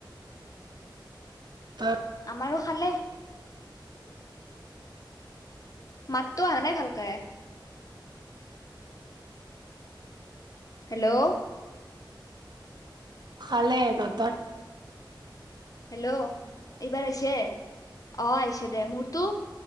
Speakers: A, on the right (about 60°); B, on the left (about 45°).
A: ত
B: আমাৰো খালে মাতটো অা নাই ভালকে হেল্ল'
A: খালে ততৰ
B: হেল্ল' এইবাৰ আহিছে অ আহিছে দে মোৰতো